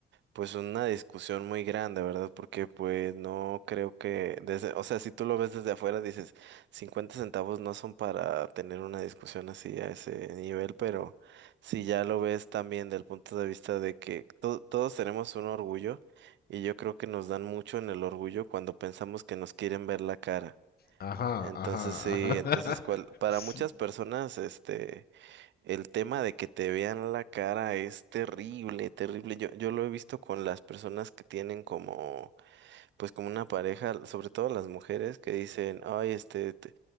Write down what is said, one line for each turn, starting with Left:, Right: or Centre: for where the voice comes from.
Right: pues una discusión muy grande, ¿verdad? Porque pues no creo que, desde, o sea, si tú lo ves desde afuera, dices, 50 centavos no son para tener una discusión así a ese nivel, pero si ya lo ves también del punto de vista de que to- todos tenemos un orgullo y yo creo que nos dan mucho en el orgullo cuando pensamos que nos quieren ver la cara.
Left: Ajá,
Right: Entonces
Left: ajá,
Right: sí,
Left: ajá.
Right: entonces cual,
Left: <laughs>
Right: para
Left: Sí,
Right: muchas personas, este... El tema de que te vean la cara es terrible, terrible. Yo, yo lo he visto con las personas que tienen como, pues como una pareja, sobre todo las mujeres que dicen, ay, este, te-